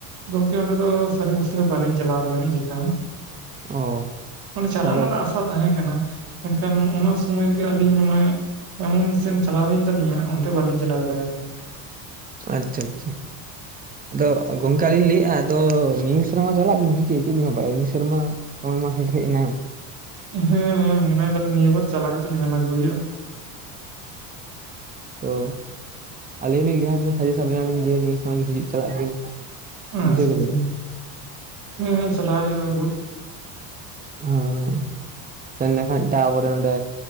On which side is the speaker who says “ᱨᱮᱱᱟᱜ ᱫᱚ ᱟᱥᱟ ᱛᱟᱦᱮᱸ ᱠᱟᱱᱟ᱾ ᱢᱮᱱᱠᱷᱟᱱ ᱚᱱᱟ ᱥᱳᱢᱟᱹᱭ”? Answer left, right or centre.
Right